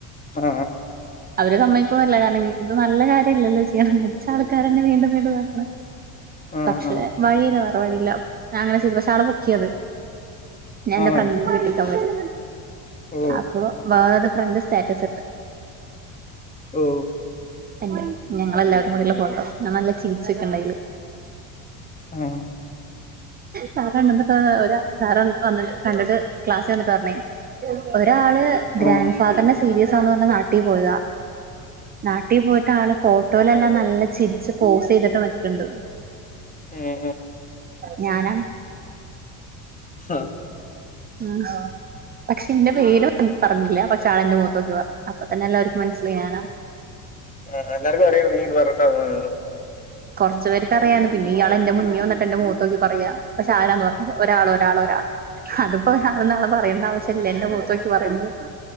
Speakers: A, on the left; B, on the right.
A: ആ
B: അവര് സമ്മതിക്കോല്ല കാരണം ഇത് നല്ല കാര്യല്ലല്ലോ ചെയ്യണ് മരിച്ച ആൾക്കാരന്നെ വീണ്ടും വീണ്ടും ഇത്ക്കണ്
A: ആ ആ
B: പക്ഷേ
A: ആ
B: വഴിയില്ല വേറെ വഴിയില്ല ഞ അങ്ങനെ ചെയ്ത് പക്ഷെ ആളത് പൊക്കിയത് ഞാ എന്റെ
A: ആണോ
B: ഫ്രണ്ടിന്റെ വീട്ടിക്ക് പോയത്‌
A: ഓ
B: അപ്പൊ വേറരു ഫ്രണ്ട് സ്റ്റാറ്റസ് ഇട്ട്
A: ഉം
B: എന്റെ ഞങ്ങളെല്ലാരും കൂടിള്ള ഫോട്ടോ ഞാൻ നല്ല ചരിച്ച്ക്ക്ണ്ടയില്
A: ആ
B: സാറണ്ട്ട്ട ഒരാ സാറ വന്നിട്ട് കണ്ടിട്ട് ക്ലാസ് വന്നിട്ട് പറഞ്ഞേ ഒരാള് ഗ്രാൻ്
A: ആഹ്
B: ഫാദറിന്ന് സീരിയസാന്ന് പറഞ്ഞ് നാട്ടി പോയതാ നാട്ടീ പോയിട്ട് ആള് ഫോട്ടോയിലെല്ലാം നല്ല ചിരിച്ച് പോസ് ചെയ്തിട്ട് നിക്ക്ണ്ട്
A: ഉം ഉം
B: ഞാനാ
A: ഹ്ം
B: ഉം, പക്ഷെ എന്റെ പേര് പറഞ്ഞില്ല, പക്ഷേ ആളെന്റെ മുഖത്ത് നോക്കി പറഞ്ഞു. അപ്പൊ തന്നെ എല്ലാർക്കും മനസിലായി ഞാനാന്ന്
A: ആ എല്ലാർക്കും അറിയാം നീ ഇത് പറഞ്ഞട്ടാ പോയേന്ന്
B: കുറച്ചു പേർക്ക് അറിയാ പിന്നെ ഇയാള് എന്റെ മുന്നി വന്ന് എന്റെ മുഖത്തോക്കി പറയാ പക്ഷെ ആരാന്ന് പറഞ്ഞില്ല ഒരാള് ഒരാള്, ഒരാള് അത്പ്പോഇന്നാളാന്ന് പറയേണ്ട ആവശ്യമില്ല എന്റെ മുഖത്ത് നോക്കി പറയുമ്പോ